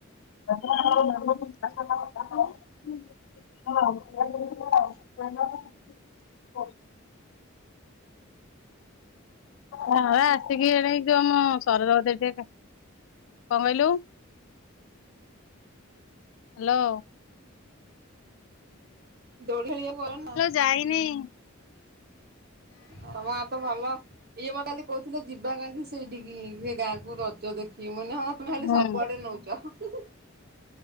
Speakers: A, on the left; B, on the right.
A: <inaudible> <unintelligible> ହଁ ଆସିକି ଏଣେ ଯୋଉ ଆମ ସରଜଗତ ଟିକେ ଦେଖେ କଣ କହିଲୁ। ହାଲୋ।
B: ଦୋଳି ଖେଳିବାକୁ ଗଲଣିନା।
A: ଯାଇନେଇଁ।
B: ହଁ ମୋ ହାତ ଭଲ ଇଏ ମ କାଲି କହୁଥିଲେ ଯିବା କାଲି ସେଇଠିକି ସେ ଗାଁକୁ। ରଜ ଦେଖିମି ମୁଁ କହିନି ହଁ ତମେ ଖାଲି
A: ହୁଁ
B: ସବୁ ଆଡେ ନେଉଚ ହୁଁ ହୁଁ।